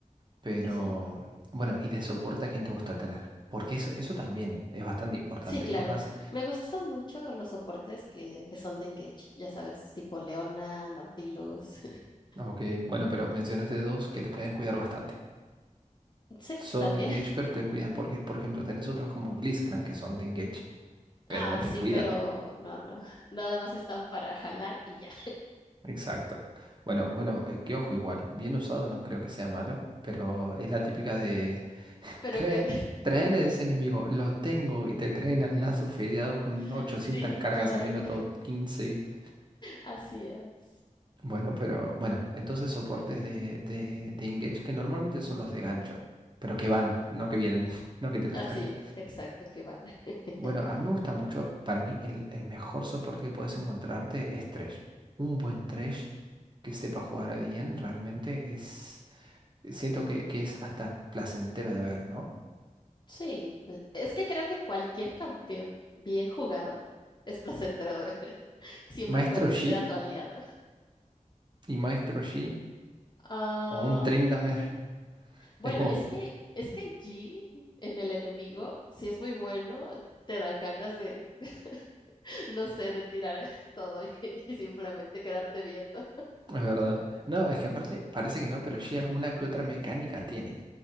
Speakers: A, on the right; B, on the left.
A: Pero,
B: Sí,
A: bueno, y de soporte a quién te gusta tener. Porque eso, eso también es bastante importante.
B: sí, claro.
A: Es más,
B: Me gustan mucho los soportes que, que son de Engage, ya sabes, tipo Leona, Nautilus. <laughs>
A: ok, bueno, pero mencionaste dos que te pueden cuidar bastante.
B: Sí,
A: son
B: también.
A: de engage, pero te cuidan. Porque, por ejemplo, tenés otros como Blitzcrank que son de engage, pero
B: Ah,
A: no te
B: sí,
A: cuidan.
B: pero no, no. <laughs> Nada más están para jalar y ya.
A: Exacto. Bueno, bueno, eh, que ojo igual. Bien usado no creo que sea malo, pero es la típica de
B: Pero
A: trae,
B: que
A: traele de ese enemigo, lo tengo y te traen al lazo fedeado con
B: <laughs>
A: 800
B: sí,
A: cargas
B: claro.
A: a minuto quince ¿viste?
B: Así es.
A: Bueno, pero bueno, entonces soportes de, de, de engage que normalmente son los de gancho, pero que van,
B: Ujú.
A: no que vienen, <laughs> no que te los traen.
B: Así, exacto, que van. <laughs>
A: Bueno, a mí me gusta mucho, para mí el, el mejor soporte que puedes encontrarte es Thresh. Un buen Thresh que sepa jugar bien realmente es, siento que, que es hasta placentero de ver, ¿no?
B: Sí, pues, es que creo que cualquier campeón bien jugado es placentero de ver, <laughs> siempre
A: Maestro
B: y cuando
A: Yi
B: sea tu aliado.
A: y Maestro Yi
B: Ah,
A: o un Tryndamere, <laughs>
B: bueno,
A: es como,
B: es que es que G en el enemigo, si es muy bueno, te dan ganas de, <laughs> no sé, de tirar <laughs> todo y, y simplemente quedarte viendo.
A: es verdad. No, es que aparte parece que no, pero Yi alguna que otra mecánica tiene.